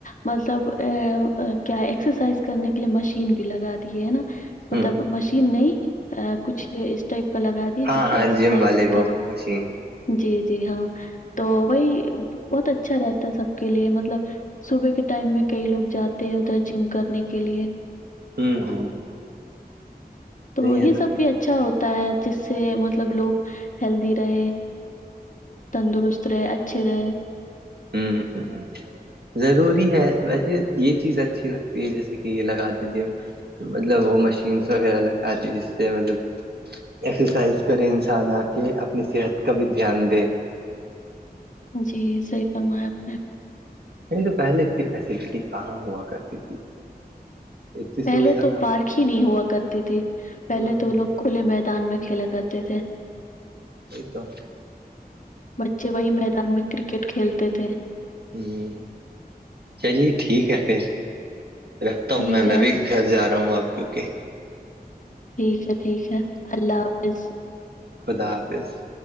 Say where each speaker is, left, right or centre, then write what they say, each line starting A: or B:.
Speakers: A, on the left; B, on the right.
A: مطلب ا کیا ایکسرسائز کرنے کے لیے مشین بھی لگا دی ہے ہے نا مطلب
B: ہ
A: مشین نہیں کچھ اس ٹائپ کا لگا جس
B: ہاں
A: سے
B: ہاں
A: ایکسرسائز
B: جم والے
A: بھی
B: وہ
A: کرو
B: مشین
A: جی جی ہاں تو وہی بہت اچھا رہتا ہے سب کے لیے مطلب صبح کے ٹائم میں کئی لوگ جاتے ہیں ادھر جم کرنے کے لیے
B: ہوں
A: تو
B: ہے
A: یہ
B: نا
A: سب بھی اچھا ہوتا ہے جس سے مطلب لوگ ہیلدی رہے تندرست رہے اچھے رہے
B: ہوں ہ ہ ضروری ہے ویسے یہ چیز اچھی لگتی ہے جیسے کہ یہ لگا دیجے مطلب وہ مشینس وغیرہ لگ پاتی جس سے مطلب ایکسرسائز کرے انسان آ کے اپنی صحت کا بھی دھیان دے
A: جی صحیح فرمایا آپ نے
B: نہیں تو پہلے انی فیسلٹی کہاں ہوا کرتی تھی اتنی
A: پہلے
B: سویدھا
A: تو پارک ہی نہیں ہوا کرتے تھے
B: کہاں
A: پہلے
B: ہ
A: تو لوگ کھلے میدان میں کھیلا کرتے تھے
B: ا توم
A: بچے وہی میدان میں کرکٹ کھیلتے تھے
B: ہوں چلیے ٹھیک ہے پھر رکھتا
A: ٹھیک
B: ہوں میں میں
A: ہے،
B: بھی گھر جا رہا ہوں اب کیونکہ
A: ٹھیک ہے ٹھیک ہے اللہ حافظ
B: خدا حافظ